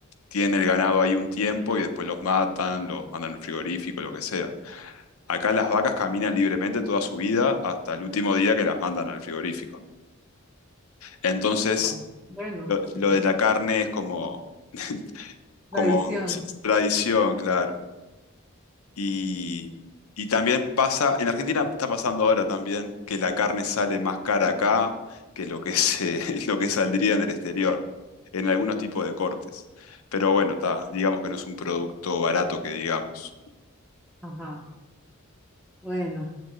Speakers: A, on the left (about 85°); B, in the centre.
A: tienen el ganado ahí un tiempo y después los matan, los mandan al frigorífico, lo que sea. Acá las vacas caminan libremente toda su vida hasta el último día que las mandan al frigorífico. Entonces,
B: Ah, Bueno,
A: lo,
B: <laughs>
A: lo de la carne es como, <laughs>
B: tradición.
A: como tradición, claro. Y, y también pasa, en Argentina está pasando ahora también que la carne sale más cara acá que lo que se, <laughs> lo que saldría en el exterior, en algunos tipos de cortes. Pero bueno, está, digamos que no es un producto barato que digamos.
B: Ajá. Bueno,